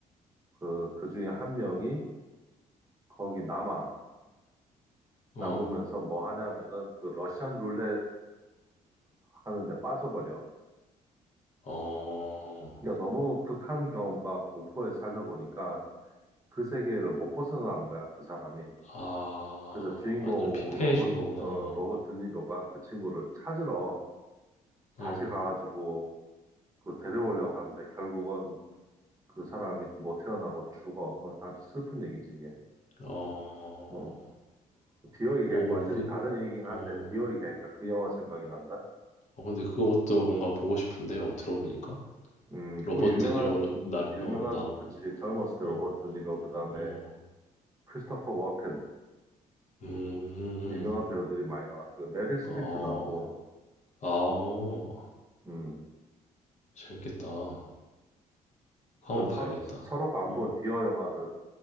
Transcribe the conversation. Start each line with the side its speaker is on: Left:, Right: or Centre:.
Right: 그, 그 중에 한 명이 거기 남아.
Left: 어.
Right: 남으면서 뭐 하냐면은 그 러시안 룰레트 하는데 빠져버려.
Left: 어.
Right: 그러니까 너무 극한 경험과 공포에 살다 보니까 그 세계를 못 벗어나는 거야, 그 사람이.
Left: 아.
Right: 그래서 주인공
Left: 완전 피폐해진
Right: 로버트,
Left: 거구나.
Right: 어,
Left: 어.
Right: 로버트 니로가 그 친구를 찾으러
Left: 어.
Right: 다시 가가지고 그 데려오려고 하는데 결국은 그 사람이 그 못 태어나고 죽어. 어, 아주 슬픈 얘기지, 이게.
Left: 어.
Right: 어. 디어 얘기,
Left: 오,
Right: 완전히
Left: 그,
Right: 다른 얘기긴 한데,
Left: 어,
Right: 디어 얘기하니까 그 영화 생각이 난다.
Left: 어, 근데 그것도 뭔가 보고 싶은데요. 어, 들어보니까
Right: 음,
Left: 로버트
Right: 그 유명한,
Left: 드니로 나,
Right: 유명한,
Left: 어, 나오고,
Right: 그치, 젊었을 때
Left: 어,
Right: 로버트 니로, 그 다음에
Left: 어,
Right: 크리스토퍼 워켄,
Left: 음, 음, 음.
Right: 유명한 배우들이 많이 나왔고, 메릴 스트립도
Left: 어,
Right: 나오고,
Left: 아오,
Right: 음,
Left: 재밌겠다. 그거 한번
Right: 그 서로,
Left: 봐야겠다.
Right: 서- 서로가 안
Left: 어,
Right: 본 디어 영화를